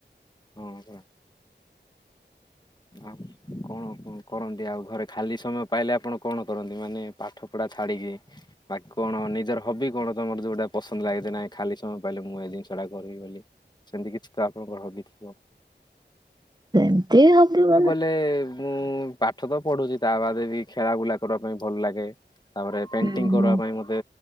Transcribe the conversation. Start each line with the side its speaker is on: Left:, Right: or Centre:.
Left: ହଁପା। ଆଉ କଣ କରନ୍ତି ଆଉ ଘରେ ଖାଲି ସମୟ ପାଇଲେ ଆପଣ କଣ କରନ୍ତି ମାନେ ପାଠ ପଢା ଛାଡିକି ବାକି କଣ ନିଜର ହବି କଣ ତମର ଯୋଉଟା ପସନ୍ଦ ଲାଗେଯେ ନାହିଁ ଖାଲି ସମୟ ପାଇଲେ ମୁଁ ଏଇ ଜିନିଷ ଟା କରିବି ବୋଲି। ସେମିତି କିଛି ତ ଆପଣଙ୍କର ହବି ଥିବ।
Right: ସେମିତି ହବି ବ
Left: ହେଲେ ମୁଁ ପାଠ ତ ପଢୁଛି ତା ବାଦ ବି ଖେଳା ବୁଲା କରିବା ପାଇଁ ଭଲ ଲାଗେ। ତାପରେ ପେଣ୍ଟିଂ
Right: ହୁଁ ହୁଁ
Left: କରିବା। ପାଇଁ ମୋତେ